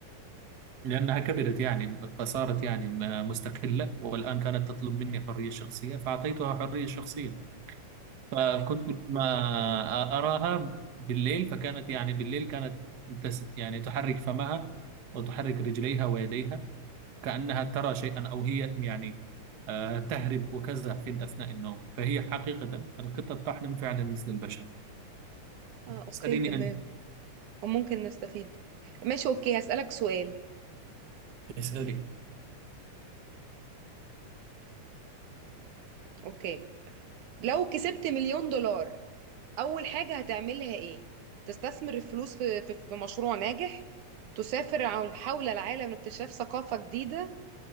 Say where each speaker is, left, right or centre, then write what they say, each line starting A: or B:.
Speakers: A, on the right; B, on the right.
A: لأنها كبرت يعني فصارت يعني م- مستقلة والآن كانت تطلب مني حرية شخصية فأعطيتها حرية شخصية فكنت ما أراها بالليل فكانت يعني بالليل كانت تس يعني تحرك فمها وتحرك رجليها ويديها كأنها ترى شيئا أو هي يعني آه، تهرب وكذا في أثناء النوم فهي حقيقة القطة تحلم فعلا مثل البشر
B: اه اوكي
A: اسأليني
B: تمام
A: أنت
B: وممكن نستفيد ماشي اوكي هسألك سؤال
A: اسألي
B: اوكي لو كسبت مليون دولار اول حاجة هتعملها ايه تستثمر الفلوس في في, في مشروع ناجح تسافر عل- حول العالم لاكتشاف ثقافة جديدة